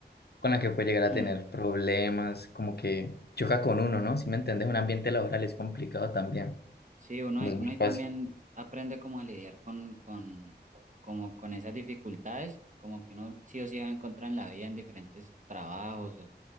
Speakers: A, on the left; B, on the right.
A: con la que puede llegar a
B: <clears throat>
A: tener problemas, como que choca con uno, ¿no? Si me entiendes, un ambiente laboral es complicado también.
B: Sí, uno,
A: No
B: ahí-
A: es
B: uno
A: muy
B: ahí
A: fácil,
B: también aprende como a lidiar con, con, como con esas dificultades, como que uno sí o sí va a encontrar en la vida en diferentes trabajos o,